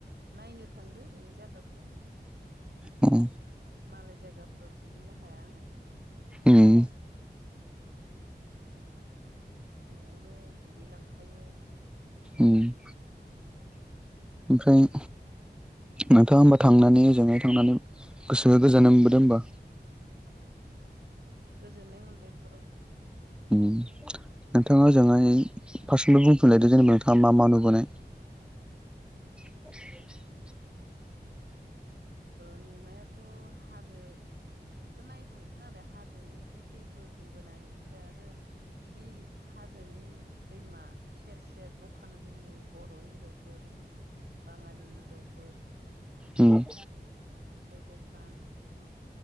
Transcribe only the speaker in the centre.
उम
उम
उम ओमफ्राय नोंथाङा होमबा थांनानै ओजों थांनानै गोसोखौ गोजोननाय मोनबोदों होमबा?
उम नोंथाङा ओजोंहाय फा‌सर्ट बुंफिनलायदो जेनेबा नोंथाङा मा नुबोनाय? एे <inaudible>
उम